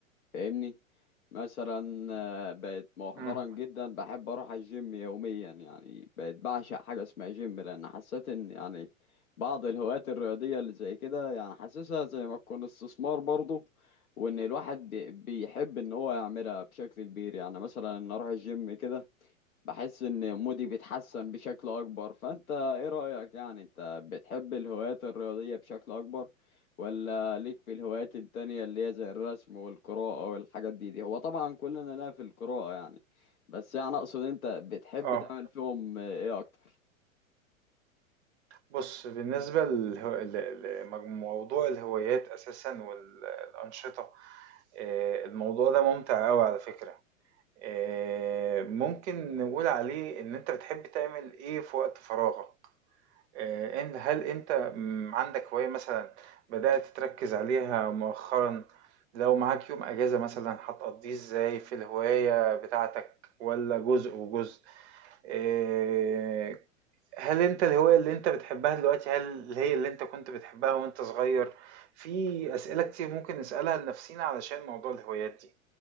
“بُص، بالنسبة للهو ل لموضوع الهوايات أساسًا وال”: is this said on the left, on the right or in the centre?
Right